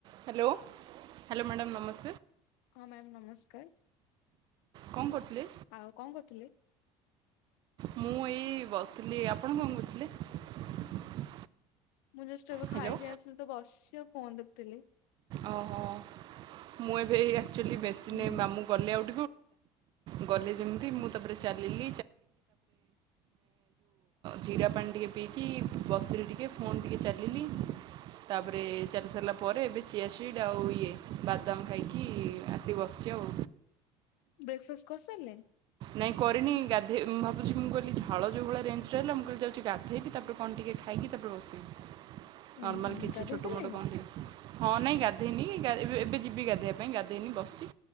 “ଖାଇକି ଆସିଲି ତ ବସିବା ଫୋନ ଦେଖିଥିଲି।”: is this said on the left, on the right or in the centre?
Left